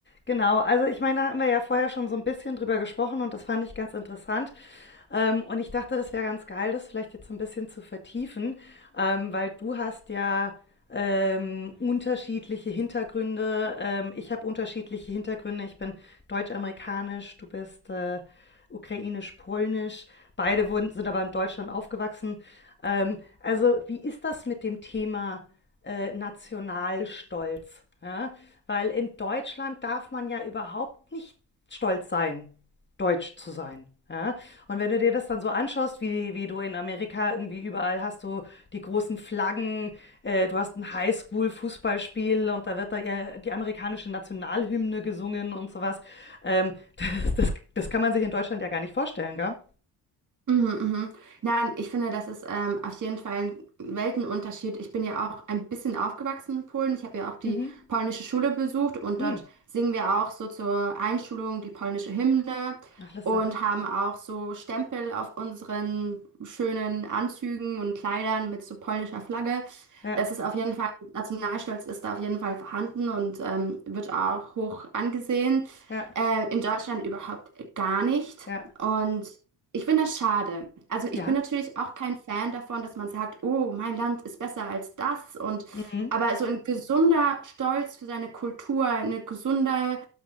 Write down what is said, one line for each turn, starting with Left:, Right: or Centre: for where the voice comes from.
Left: Genau, also ich meine, da haben wir ja vorher schon so ein bisschen drüber gesprochen und das fand ich ganz interessant. Ähm, und ich dachte, das wäre ganz geil, das vielleicht jetzt so ein bisschen zu vertiefen, ähm, weil du hast ja ähm, unterschiedliche Hintergründe. Ähm, ich habe unterschiedliche Hintergründe. Ich bin deutsch-amerikanisch, du bist äh, ukrainisch-polnisch. Beide wurden, sind aber in Deutschland aufgewachsen. Ähm, also wie ist das mit dem Thema äh, Nationalstolz. Ja? Weil in Deutschland darf man ja überhaupt nicht stolz sein, deutsch zu sein. Ja? Und wenn du dir das dann so anschaust, wie, wie du in Amerika irgendwie überall hast du die großen Flaggen, äh, du hast ein Highschool-Fußballspiel und da wird da ja die amerikanische Nationalhymne gesungen und sowas. Ähm, <laughs> das, das, das kann man sich in Deutschland ja gar nicht vorstellen, gell?
Right: Mhm, mhm. Nein, ich finde, das ist ähm, auf jeden Fall ein Weltenunterschied. Ich bin ja auch ein bisschen aufgewachsen in Polen. Ich habe ja auch die
Left: Mhm.
Right: polnische Schule besucht und
Left: Mhm.
Right: dort singen wir auch so zur Einschulung die polnische Hymne
Left: Ach, lustig.
Right: und haben auch so Stempel auf unseren schönen Anzügen und Kleidern mit so polnischer Flagge.
Left: Ja,
Right: Das ist auf jeden Fall, Nationalstolz ist da auf jeden Fall vorhanden und ähm, wird auch hoch angesehen.
Left: ja,
Right: Äh, in Deutschland überhaupt gar nicht.
Left: ja,
Right: Und ich finde das schade. Also
Left: ja.
Right: ich bin natürlich auch kein Fan davon, dass man sagt, oh, mein Land ist besser als das und
Left: Mhm.
Right: aber so ein gesunder Stolz für seine Kultur, eine gesunde